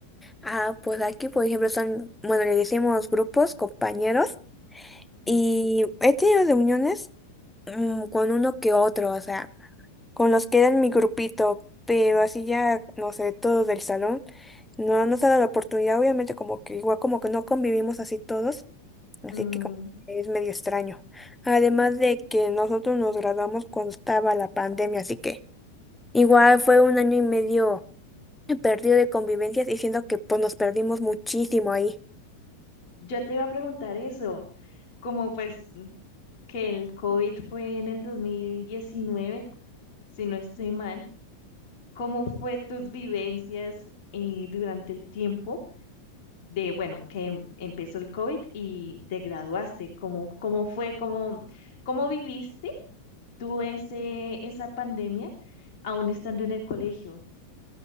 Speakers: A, in the centre; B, on the left.
A: Ah, pues aquí, por ejemplo, son, bueno, le decimos grupos, compañeros,
B: Sí.
A: y he tenido reuniones mm, con uno que otro, o sea. con los que era en mi grupito, pero así ya, no sé, todos del salón, no nos ha dado la oportunidad, obviamente como que igual como que no convivimos así todos, así
B: Mm,
A: que como que es medio extraño. Además de que nosotros nos graduamos cuando estaba la pandemia, así que igual fue un año y medio perdido de convivencias, diciendo que pues nos perdimos muchísimo ahí.
B: yo te iba a preguntar eso, como pues mm, que el COVID fue en el 2019 si no estoy mal, ¿cómo fue tus vivencias eh, durante el tiempo de, bueno, que em- empezó el COVID y te graduaste? ¿Cómo, cómo fue, cómo, cómo viviste tú ese, esa pandemia aún estando en el colegio?